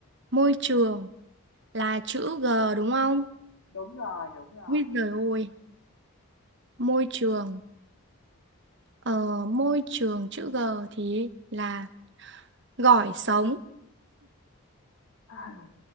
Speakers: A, on the right (about 55°); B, on the left (about 75°).
A: Môi trường là chữ G đúng không?
B: Đúng rồi, đúng rồi.
A: Ui giời ơi, môi trường ờ, môi trường chữ G thì là gỏi sống.
B: <laughs> À,